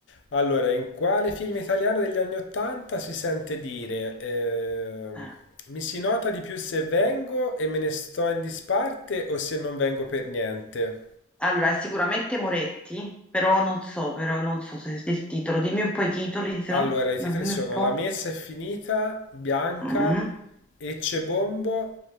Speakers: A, on the left; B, in the centre.
A: Allora, in quale film italiano degli anni 80 si sente dire ehm,
B: Eh.
A: mi si nota di più se vengo e me ne sto in disparte o se non vengo per niente?
B: Allora, è sicuramente Moretti, però non so, però non so se se il titolo. Dimmi un po' i titoli, se
A: Allora,
B: no,
A: i
B: no,
A: titoli
B: dimmi
A: sono
B: un po'.
A: La messa è finita, Bianca,
B: Mm,
A: Ecce Bombo,